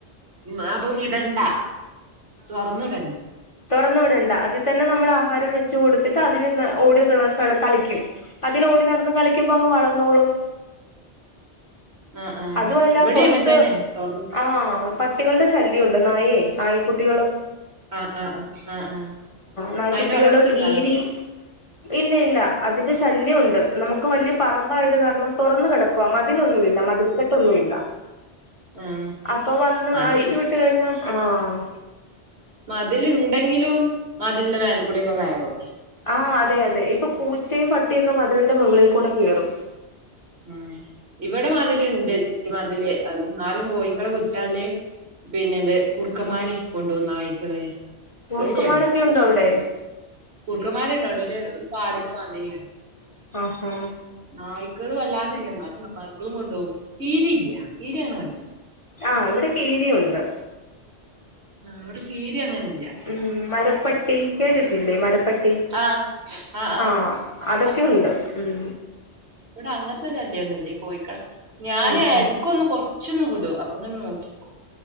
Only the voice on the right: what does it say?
ഉം അപ്പൊ വിടണ്ട. തൊർന്ന്ടണ്ട.
ആ ആ
ഇവടി
അങ്ങൻത്തന്നെ. തൊർന്ന്
ആഹ് ആഹ് ആഹ് ആഹ് ആഹ്
അയിനെ വളർത്തിണ്ടോ?
ഉം
മതി
മതിലിണ്ടെങ്കിലും മതിലിന്റെ മേൽ കൂടിയൊക്കെ കയറും
ഉം ഇവിടെ മതിൽുണ്ട് ചിറ്റി മതിൽ അ എന്നാലും കോഴക്കളെ വിട്ടാല് പിന്നെ ഇത് കുർുക്കന്മാര് കൊണ്ട് പോകും നായിക്കള്
ഏടയാണ്
കുർക്കന്മാരണ്ടോ അവിടെ ഒരു <unintelligible> മാതുരിയാണ്
നായി അല്ലാതില്ല എന്നാലും നായിക്കൾ കൊണ്ടുപോകും കീരി ഇല്ല കീരി അങ്ങനെ കണ്ടില്ല
ആ അവിടെ കീരി അങ്ങനെ ഇല്ല
ആഹ് ആഹ്
ആഹ്
ഇവിടെ അങ്ങനത്തെ ശല്യന്നില്ല കോഴിക്കളെ ഞാന്
എടക്കൊന്ന് കൊർ ച്ചന്ന് വിടോ അപ്പൊ തന്നെ നോക്കിക്കോ